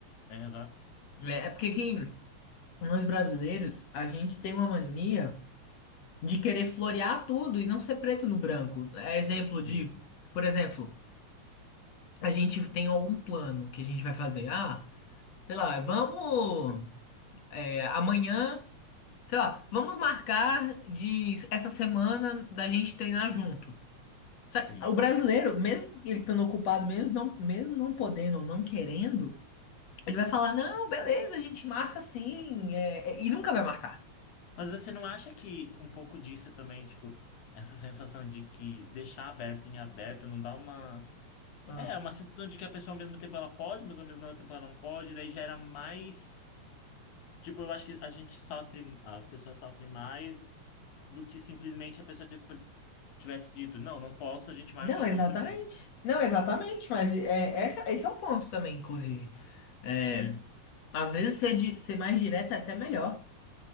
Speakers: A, on the left; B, on the left.
A: é, exato.
B: É é porque que nós brasileiros, a gente tem uma mania de querer florear tudo e não ser preto no branco. É exemplo de,
A: Sim.
B: por exemplo, a gente tem algum plano que a gente vai fazer. Ah, sei lá, vamos, é, amanhã. Sei lá, vamos marcar de essa semana da gente treinar junto. Só
A: Sim.
B: que O brasileiro, mesmo ele estando ocupado, mesmo não, mesmo não podendo ou não querendo, ele vai falar: não, beleza, a gente marca sim, é, é", e nunca vai marcar.
A: Mas você não acha que um pouco disso é também, tipo, essa sensação de que deixar aberto em aberto não dá uma
B: Ah.
A: É, uma sensação de que a pessoa ao mesmo tempo ela pode, mas ao mesmo tempo ela não pode, daí gera mais. Tipo, eu acho que a gente sofre, as pessoas sofrem mais do que simplesmente a pessoa tipo, tivesse dito, não, não posso, a gente marca
B: Não,
A: em outro
B: exatamente.
A: dia.
B: Não, exatamente, mas é, essa, esse é o ponto também, inclusive. É,
A: Sim,
B: às vezes ser, di- ser mais direto é até melhor.